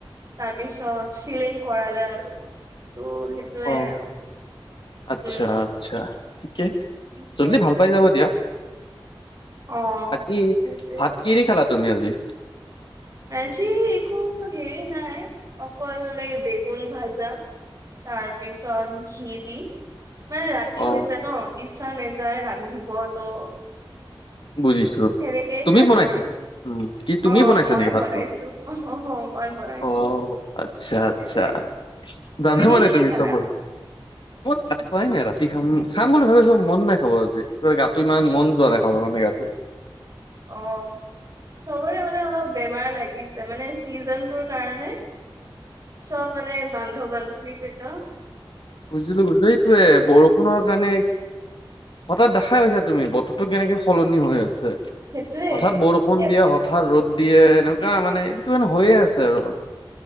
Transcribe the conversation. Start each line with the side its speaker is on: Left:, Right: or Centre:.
Right: তাৰপিছত ফিলিং কৰালে আৰু। ত সেইটোয়ে
Left: অ
Right: আৰু,
Left: আচ্ছা
Right: উম।
Left: আচ্ছা ঠিকে
Right: সেইটোৱে
Left: জল্দি ভাল পাই যাব দিয়া।
Right: অ
Left: বাকী
Right: সেইটোৱে
Left: ভাত কি দি খালা তুমি আজি?
Right: আজি একো হেৰি নাই অকল এই বেগুন ভাজা। তাৰপিছত ঘি দি মানে ৰাতি
Left: অ
Right: হৈছে ন, ইচ্ছা নাযায় ৰান্ধিব ত
Left: বুজিছো।
Right: সেনেকেই
Left: তুমি
Right: খালো
Left: বনাইছা?
Right: আৰু
Left: উম' কি তুমি
Right: অ অ,
Left: বনাইছা
Right: মই
Left: নি
Right: বনাইছো
Left: ভাতটো?
Right: অ অ, মই বনাইছো
Left: অ' আচ্ছা, আচ্ছা।
Right: সেইটোয়ে
Left: জানা
Right: কিহেদি
Left: মানে তুমি
Right: খালা
Left: চব মই ক'ত ভাত খোৱাই নাই ৰাতি। খাম খাম বুলি ভাবিছোঁ মন নাই খাব আজি ত গাটো ইমান মন যোৱা নাখাব মানে গাটো।
Right: অ' চবৰে মানে অলপ বেমাৰ লাগিছে, মানে চিজনটোৰ কাৰণে। চব মানে বান্ধ-বান্ধৱীকিতা
Left: বুজিলোঁ, বুজিলোঁ। এইটোয়ে এ বৰষুণৰ কাৰণে হঠাৎ দেখাই পাইছা তুমি বতৰটো কেনেকে সলনি হৈ আছে।
Right: সেইটোয়ে
Left: হঠাৎ বৰষুণ
Right: এপ
Left: দিয়ে হঠাৎ ৰ'দ দিয়ে। এনেকুৱা মানে এইটো মানে হৈয়ে আছে আৰু।